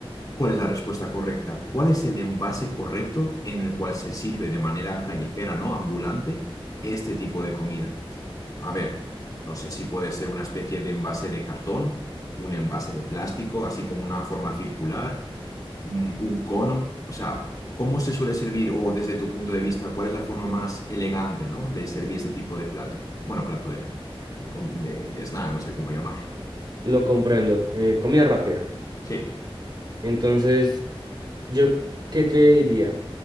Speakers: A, on the left (about 40°); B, on the right (about 50°).
A: ¿Cuál es la respuesta correcta? ¿Cuál es el envase correcto en el cual se sirve de manera callejera, no ambulante, este tipo de comida? A ver, no sé si puede ser una especie de envase de cartón, un envase de plástico, así como una forma circular, un un cono. O sea, ¿cómo se suele servir o desde tu punto de vista, cuál es la forma más elegante, ¿no? de servir este tipo de plato? Bueno, plato de, de, com- de- de snack, no sé cómo llamar.
B: Lo comprendo. eh, comida rápida.
A: Sí.
B: Entonces, ¿yo qué te diría?